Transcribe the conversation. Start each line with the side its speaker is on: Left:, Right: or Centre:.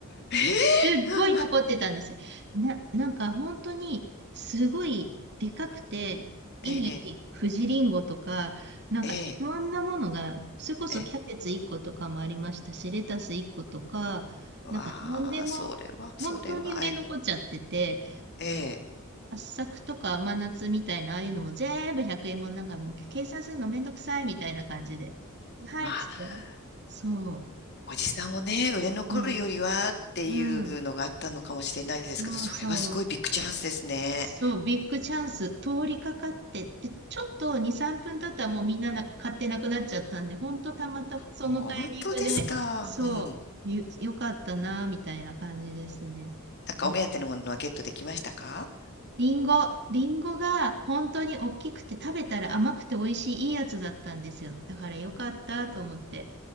Left: え
Right: すっごい残ってたんですよ。
Left: え、うん。
Right: な、なんか本当にすごいでかくていい富士リンゴとか、
Left: ええ、
Right: なんかいろんなものが、
Left: ええ、
Right: それこそキャベツ1個とかもありましたし、
Left: ええ。
Right: レタス1個とか、
Left: うわあ、
Right: なんか何でも本当に売れ残っちゃってて、
Left: それは、それは、ええ、ええ。
Right: 圧搾とか甘夏みたいな、ああいうのも全部100円もんなんかもう計算するのめんどくさいみたいな感じで。ではいっつったら、
Left: まあ、
Right: そ
Left: おじさんもね、売れ残るよりはっていうのがあったのかもしれないですけど、
Right: う、うん、うん、そうそう。
Left: それはすごいビッグチャンスですね。
Right: そう、ビッグチャンス、通りかかってって、ちょっと2、3分経ったらもうみんなな買ってなくなっちゃったんで、ほんとたまたまそのタイミングで、
Left: 本当ですか。
Right: そう、
Left: うん。な
Right: よ、よかったな、みたいな感じですね。
Left: んかお目当てのものはゲットできましたか
Right: うんリンゴ、リンゴが本当に大きくて食べたら甘くて美味しいいいやつだったんですよ。だからよかったと思って。